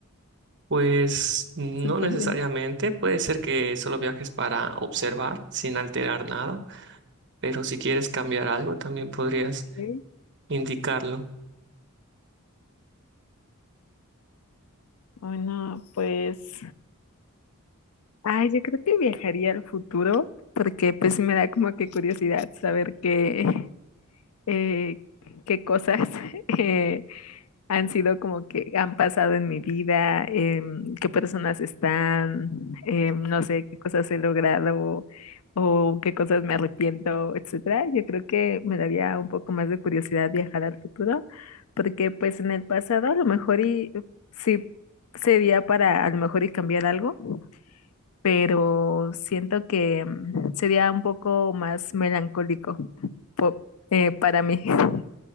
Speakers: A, on the right (about 55°); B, on the left (about 75°).
A: Pues no
B: Suponiendo.
A: necesariamente, puede ser que solo viajes para observar sin alterar nada, pero si quieres cambiar algo también podrías
B: que-
A: indicarlo.
B: Bueno, pues, ay, yo creo que viajaría al futuro porque pues sí me da como que curiosidad saber qué, eh, qué cosas <laughs> eh, han sido como que han pasado en mi vida, em, qué personas están, em, no sé, qué cosas he logrado o qué cosas me arrepiento, etcétera. Yo creo que me daría un poco más de curiosidad viajar al futuro, porque pues en el pasado a lo mejor y sí sería para a lo mejor y cambiar algo, pero siento que em, sería un poco más melancólico po- eh, para mí. <laughs>